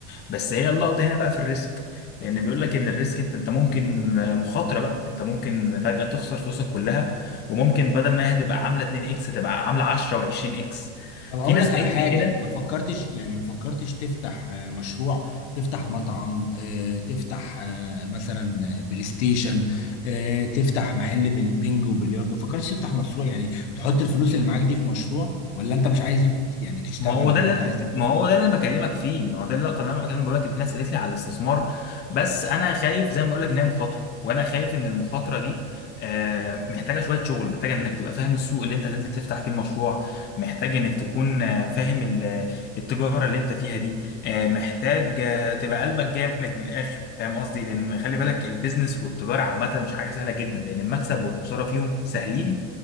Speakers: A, on the left (about 30°); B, on the left (about 75°).
A: بس هي اللقطه هنا بقى في الريسك لان بيقول لك ان الريسك انت انت ممكن آه، مخاطره بقى انت ممكن فجاه تخسر فلوسك كلها وممكن بدل ما هي هتبقى عامله 2 اكس تبقى عامله 10 و20 اكس
B: طب هقول
A: في ناس
B: لك على
A: قالت
B: حاجة
A: لي كده
B: ما فكرتش يعني ما فكرتش تفتح آه، مشروع تفتح مطعم آه، تفتح آه، مثلا آه، بلاي ستيشن آه، تفتح محل بل- بينجو وبلياردو ما فكرتش تفتح مشروع يعني تحط الفلوس اللي معاك دي في مشروع ولا انت مش عايز يعني تشتغل
A: ما هو ده
B: ولا
A: اللي
B: انت
A: أنا-
B: عايز
A: ما هو ده اللي انا بكلمك فيه ما هو ده اللقطه اللي انا بكلمك بقول لك ان في ناس قالت لي على الاستثمار بس انا خايف زي ما بقول لك ان هي مخاطره وانا خايف ان المخاطره دي آه، محتاجه شويه شغل محتاجه انك تبقى فاهم السوق اللي انت هتنزل تفتح فيه المشروع محتاج انك تكون آه، فاهم ال- التجاره اللي انت فيها دي آه، محتاج آه، تبقى قلبك جامد من الاخر فاهم قصدي لان خلي بالك البيزنس والتجاره عامه مش حاجه سهله جدا لان المكسب والخساره فيهم سهلين